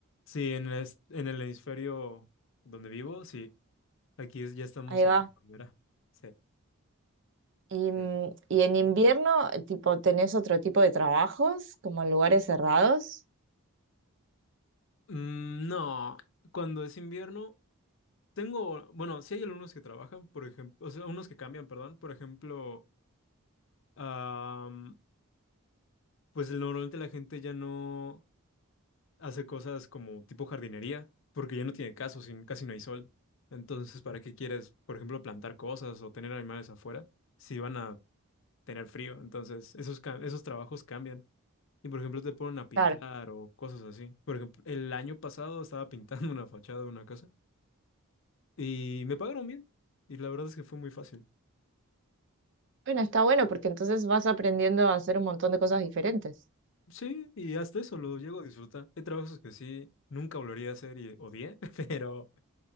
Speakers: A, on the left; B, on the right.
A: Sí, en el, est- en el hemisferio donde vivo, sí. Aquí es- ya estamos
B: ahí
A: en
B: va.
A: primavera. Sí.
B: Y, mm,
A: sí.
B: y en invierno, tipo, ¿tenés otro tipo de trabajos, como en lugares cerrados?
A: Mm, no, cuando es invierno, tengo, bueno, sí hay algunos que trabajan, por ejemplo, o sea, unos que cambian, perdón. Por ejemplo, am, pues normalmente la gente ya no hace cosas como tipo jardinería, porque ya no tiene caso, sin, casi no hay sol. Entonces, ¿para qué quieres, por ejemplo, plantar cosas o tener animales afuera si van a tener frío? Entonces, esos, ca- esos trabajos cambian. Y, por ejemplo, te ponen a pintar
B: Claro.
A: o cosas así. Por ejemplo, el año pasado estaba pintando <laughs> una fachada de una casa y me pagaron bien. Y la verdad es que fue muy fácil.
B: Bueno, está bueno porque entonces vas aprendiendo a hacer un montón de cosas diferentes.
A: Sí, y hasta eso lo llego a disfrutar. Hay trabajos que sí, nunca volvería a hacer y odié, <laughs> pero